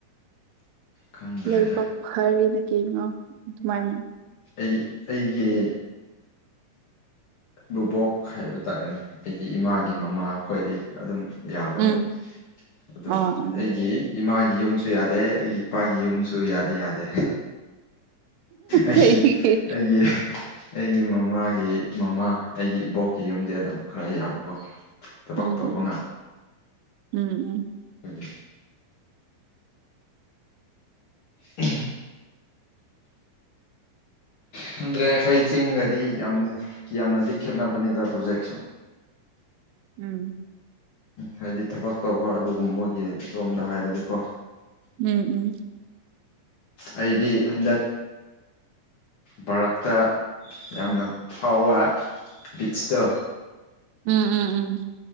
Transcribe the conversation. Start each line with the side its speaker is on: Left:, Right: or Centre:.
Left: ꯈꯪꯗ꯭ꯔꯦꯗ
Right: ꯂꯩꯕꯥꯛ ꯐꯔꯤꯅ ꯀꯩꯅꯣ ꯑꯗꯨꯃꯥꯏꯅ
Left: ꯑꯩ ꯑꯩꯒꯤ ꯕꯕꯣꯛ ꯍꯥꯏꯕ ꯇꯥꯔꯦꯅꯦ ꯑꯩꯒꯤ ꯏꯃꯥꯒꯤ ꯃꯃꯥ ꯑꯩꯈꯣꯏꯗꯤ ꯑꯗꯨꯝ ꯌꯥꯕꯅꯦ
Right: ꯎꯝ
Left: ꯑꯗꯣ
Right: ꯑꯥ ꯑꯥ
Left: ꯑꯩꯒꯤ ꯏꯃꯥꯒꯤ ꯌꯨꯝꯁꯨ ꯌꯥꯗꯦ ꯑꯩꯒꯤ ꯏꯄꯥꯒꯤ ꯌꯨꯝꯁꯨ ꯌꯥꯗꯤ ꯌꯥꯗꯦ ꯑꯩꯒꯤ
Right: ꯀꯩꯒꯤ
Left: ꯑꯩꯒꯤ ꯑꯩꯒꯤ ꯃꯃꯥꯒꯤ ꯃꯃꯥ ꯑꯩꯒꯤ ꯏꯕꯣꯛꯀꯤ ꯌꯨꯝꯗꯤ ꯑꯗꯨꯝ ꯈꯔ ꯌꯥꯕꯀꯣ ꯊꯕꯛ
Right: ꯎꯝ
Left: ꯇꯧꯕ
Right: ꯎꯝ ꯎꯝ ꯎꯝ
Left: ꯑꯗꯨ ꯎꯝ ꯈꯪꯗ꯭ꯔꯦ ꯑꯩꯈꯣꯏ ꯆꯤꯡꯒꯗꯤ ꯌꯥꯝ ꯌꯥꯝꯅꯗꯤ ꯈꯦꯠꯅꯕꯅꯤꯗ ꯄ꯭ꯔꯣꯖꯦꯛꯁꯨ
Right: ꯎꯝ
Left: ꯍꯥꯏꯗꯤ ꯊꯕꯛ ꯇꯧꯕ ꯑꯗꯨꯒꯨꯝꯕꯒꯤ ꯔꯣꯝꯗ ꯍꯥꯏꯔꯗꯤꯀꯣ
Right: ꯎꯝ ꯎꯝ
Left: ꯑꯩꯗꯤ ꯍꯟꯗꯛ ꯚꯥꯔꯛꯇ ꯌꯥꯝꯅ ꯐꯥꯎꯕ ꯕꯤꯠꯁꯇꯣ
Right: ꯎꯝ ꯎꯝ ꯎꯝ